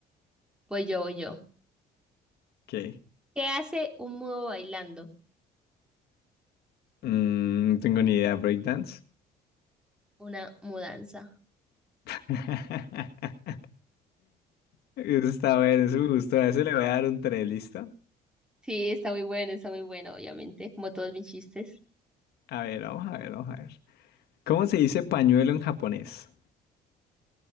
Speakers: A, in the centre; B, on the left.
A: Pues yo, voy yo.
B: ¿Qué?
A: ¿Qué hace un mudo bailando?
B: Mm, no tengo ni idea. ¿Breakdance?
A: Una mudanza.
B: <laughs> Eso está bueno, eso me gustó. A eso le voy a dar un 3, ¿listo?
A: Sí, está muy bueno, está muy bueno, obviamente, como todos mis chistes.
B: A ver, vamos a ver, vamos a ver. ¿Cómo se dice pañuelo en japonés?